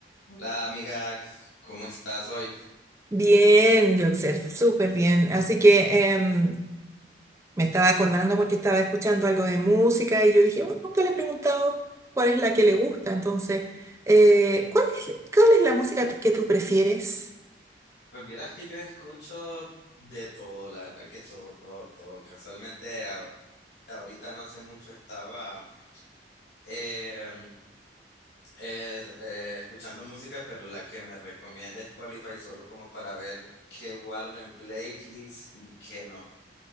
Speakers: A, on the left; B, on the right.
A: Hola amiga, ¿cómo estás hoy?
B: Bien, Joxer, súper bien. Así que em, me estaba acordando porque estaba escuchando algo de música y yo dije, "Uy, nunca le he preguntado cuál es la que le gusta. Entonces, eh, ¿cuál es, cuál es la música tú- que tú prefieres?
A: Pues vieras que yo escucho de todo, la verdad que todo, todo, todo. Casualmente a- ahorita no hace mucho estaba em, eh, eh, escuchando música, pero la que me recomienda Spotify solo como para ver qué guardo en playlist y qué no,